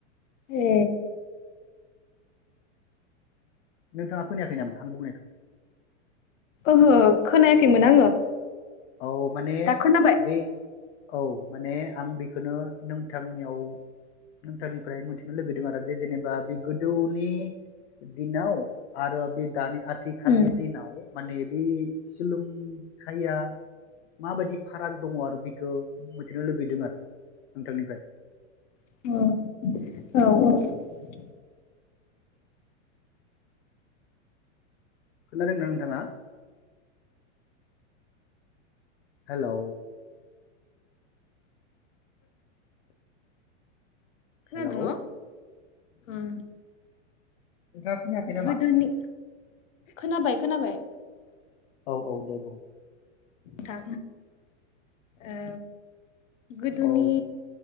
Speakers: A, on the left; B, on the left.
A: ए
B: नोंथाङा खोनायाखै नामा आं बुंनायखौ?
A: ओहो खोनायाखैमोन आङो।
B: औ माने
A: दा खोनाबाय
B: बे औ माने आं बेखौनो नोंथांनियाव नोंथांनिफ्राय मोनथिनो लुगैदों आरो जे जेनेबा बे गोदौनि दिनाव आरो बे दानि आ थिखालनि
A: उम
B: दिनाव माने बे सोलोंथायया माबायदि? फाराग दङ आरो बिखौ मिथिनो लुबैदों आरो नोंथांनिफ्राय।
A: औ औ औ
B: खोनादोंदा नोंथाङा? हेल'
A: खोना
B: हेलौ
A: दों न उम
B: नोंथाङा खोनायाखै नामा
A: गोदोनि खोनाबाय खोनाबाय
B: औ औ दे बुं
A: थां ओ गोदोनि
B: औ